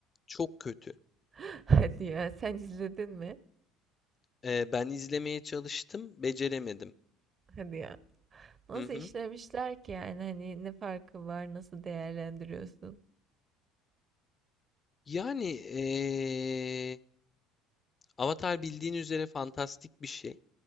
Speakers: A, on the left; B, on the right.
A: Çok kötü.
B: <laughs> Hadi ya sen izledin mi?
A: Ee, ben izlemeye çalıştım, beceremedim.
B: Hadi ya. Nasıl
A: Hı hı.
B: işlemişler ki yani hani ne farkı var nasıl değerlendiriyorsun?
A: Yani ee, Avatar bildiğin üzere fantastik bir şey